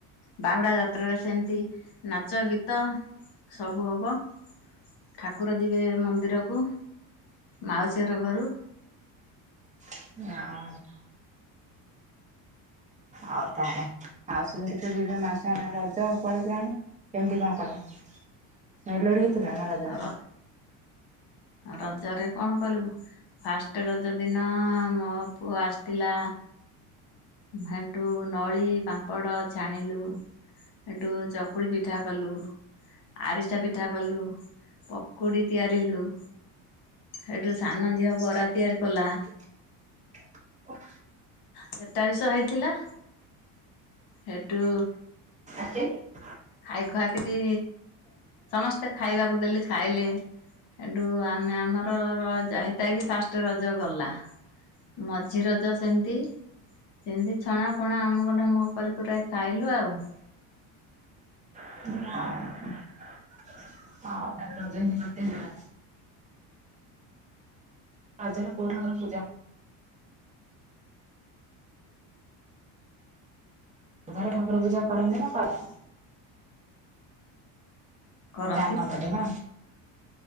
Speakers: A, on the left (about 70°); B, on the right (about 20°).
A: ବାହୁଡ଼ା ଯାତ୍ରାରେ ସେମିତି ନାଚ ଗୀତ ସବୁ ହବ। ଠାକୁର ଯିବେ ମନ୍ଦିରକୁ ମାଉସୀହର ଘରୁ।
B: <unintelligible> ଆଉ ତାହେଲେ ଆଉ <unintelligible> <unintelligible> ରଜ ପଳେଇଲାଣି କେମିତି କଣ କଲେ? ମେଲୋଡି ହେଇଥିଲା ନା ରଜରେ?
A: ର ରଜରେ କଣ କରିବୁ। ଫାଷ୍ଟେ ରଜ ଦିନ ମୋ ପୁଅ ଆସିଥିଲା ହେଟୁ ନଳି, ପାମ୍ପଡ ଛାଣିଲୁ। ହେଟୁ ଚକୁଳି ପିଠା କଲୁ। ଆରିସା ପିଠା କଲୁ ପକୁଡି ତିଆରିଲୁ। ହେଟୁ ସାନ ଝିଅ ବରା ତିଆରି କଲା।
B: ଅ
A: ସେଟା ବି ସହ ହେଇଥିଲା ହେଟୁ
B: <inaudible>
A: ଖାଇ ଖୁଆକିରି ସମସ୍ତେ ଖାଇବାକୁ ଦେଲି। ଖାଇଲେ ହେଟୁ ଆମେ ଆମର ର- <unintelligible> ତାଇକି ଫାଷ୍ଟେ ରଜ ଗଲା ମଝି ରଜ ସେମିତି ସେମିତି ଛଣା ଫଣା ଅମକ ଢମକ କରି କୁରାକି ଖାଇଲୁ ଆଉ।
B: <unintelligible> ରଜରେ କଉ ଠାକୁର ପୂଜା ରଜରେ ଠାକୁର ପୂଜା କରନ୍ତି ନା କରନ୍ତିନି?
A: କରନ୍ତି
B: ଜାଣିନଥିଲୁ